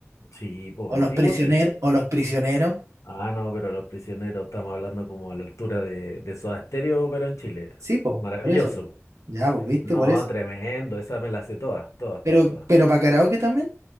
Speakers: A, on the left; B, on the right.
A: sí, pues,
B: ¿O
A: antiguo
B: los prisioneros?
A: sí.
B: ¿O los prisioneros?
A: Ah, no, pero Los Prisioneros estamos hablando como a la altura de, de Soda Stereo, pero en Chile.
B: Sí, po,
A: Maravilloso.
B: por eso.
A: po.
B: Ya, pues, viste,
A: No,
B: por eso.
A: tremendo, esa me la sé todas, todas,
B: Pero,
A: todas, todas.
B: pero para karaoke también,